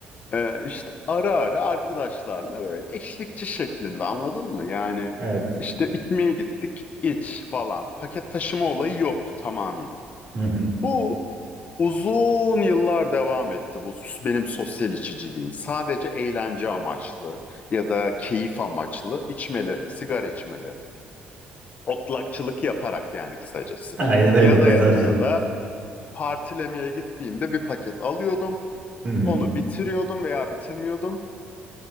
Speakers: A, on the left; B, on the right.
A: e, işte ara ara arkadaşlarla böyle eşlikçi şeklinde anladın mı? Yani
B: Evet.
A: işte içmeye gittik iç falan. Paket taşıma olayı yoktu tamamıyla.
B: Hı hı.
A: Bu uzun yıllar devam etti bu benim sosyal içiciliğim. Sadece eğlence amaçlı ya da keyif amaçlı içmelerim, sigara içmelerim. otlakçılık yaparak yani kısacası.
B: Aynen öyle
A: Ya
B: mezarcı.
A: da ya da ya da partilemeye gittiğimde bir paket alıyordum.
B: Hı hı.
A: Onu bitiriyordum veya bitirmiyordum.